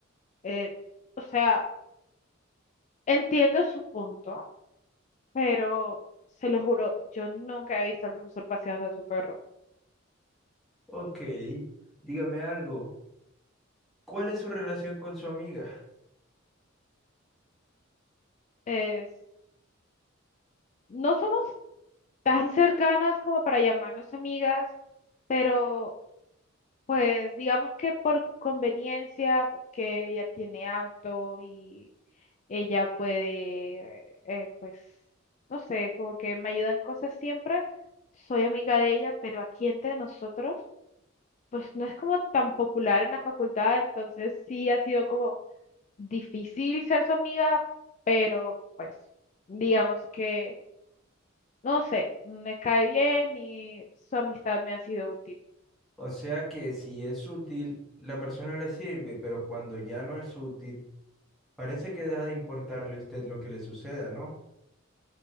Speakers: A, on the left; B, in the centre.
A: eh, o sea, entiendo su punto, pero se lo juro, yo nunca he visto al profesor paseando a su perro.
B: Ok, dígame algo. ¿Cuál es su relación con su amiga?
A: Es, no somos tan cercanas como para llamarnos amigas, pero Pues digamos que por conveniencia, porque ella tiene auto y ella puede, eh, pues, no sé, como que me ayuda en cosas siempre. Soy amiga de ella, pero aquí entre nosotros, pues no es como tan popular en la facultad, entonces sí ha sido como difícil ser su amiga, pero pues digamos que, no sé, me cae bien y su amistad me ha sido útil.
B: O sea que si es útil, la persona le sirve, pero cuando ya no es útil, parece que deja de importarle a usted lo que le suceda, ¿no?